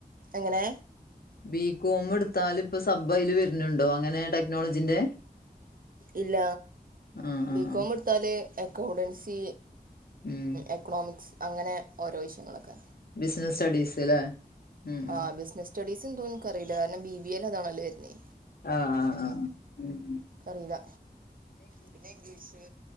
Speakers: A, on the right; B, on the left.
A: എങ്ങനെ
B: ബികോം എടുത്താൽ ഇപ്പൊ സബ്ബയിൽ വരുന്നുണ്ടോ അങ്ങനെ ടെക്നോളജീന്റെ
A: ഇല്ല
B: ആ ആ
A: ബിക്കോമെട്
B: ആ
A: ത്താൽ അക്കൗണ്ടൻസി
B: ഉം
A: എക്കണോമിക്സ് അങ്ങനെ ഓരോ വിഷയങ്ങളൊക്കെ
B: ബിസിനസ് സ്റ്റഡീസ് ല്ലേ ഉം ഉം
A: ആ ബിസ് നസ് സ്റ്റഡീസ് ഉണ്ടോന്ന് നിക്കറില്ല കാരണം ബി ബി എൽ അതാണല്ലോ വരുന്നെ
B: ആഹ് ആഹ് ആഹ് ഉ
A: അറീല്ല. പിന്നെ ഇംഗ്ലീഷ്